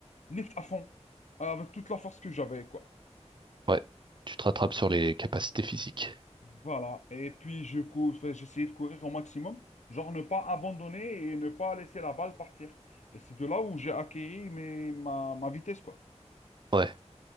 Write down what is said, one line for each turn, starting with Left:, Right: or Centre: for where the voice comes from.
Left: Lift à fond, avec toute la force que j'avais, quoi.
Right: Ouais. Tu te rattrapes sur les capacités physiques.
Left: Voilà. Et puis, je cou... enfin, j'essayais de courir au maximum, genre ne pas abandonner et ne pas laisser la balle partir. Et c'est de là où j'ai acquis mes... ma... ma vitesse, quoi.
Right: Ouais.